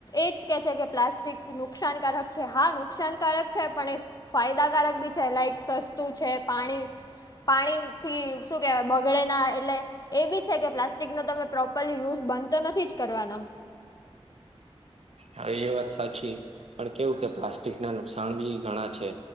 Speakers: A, on the left; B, on the right.
A: એજ કે છે કે પ્લાસ્ટિક નુકસાનકારક છે હા નુકસાનકારક છે પણ એ ફાયદાકારક બી છે લાઇક સસ્તું છે પાણી પાણીથી શું કહેવાય બગડેના એટલે એ બી છે કે પ્લાસ્ટિકનો તમે પ્રોપરલી યુઝ બંધ તો નથી જ કરવાના
B: હા એ વાત સાચી પણ કેવું કે પ્લાસ્ટિક ના નુકસાન બી ઘણા છે.